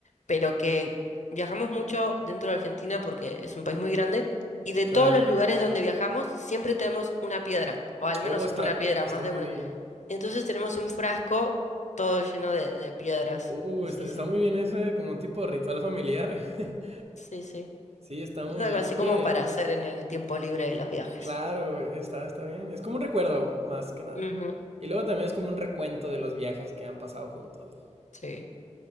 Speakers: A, on the left; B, on the right.
A: pero que viajamos mucho dentro de Argentina porque es un país muy grande y de
B: Claro.
A: todos los lugares donde viajamos siempre tenemos una piedra, o al
B: Oh,
A: menos
B: está,
A: una piedra,
B: está
A: más
B: muy
A: de una.
B: bien.
A: Entonces tenemos un frasco todo lleno de, de piedras.
B: Uh,
A: Sí,
B: está, está
A: sí,
B: muy bien eso, eh, como un tipo de ritual familiar. <laughs>
A: sí, sí.
B: Sí, está muy
A: Y algo
B: bien.
A: así
B: Oye,
A: como para hacer en el tiempo libre de los viajes.
B: claro, está, está bien. Es como un recuerdo, más que nada.
A: Ujú,
B: Y luego también es como un recuento de los viajes que han pasado juntos.
A: sí.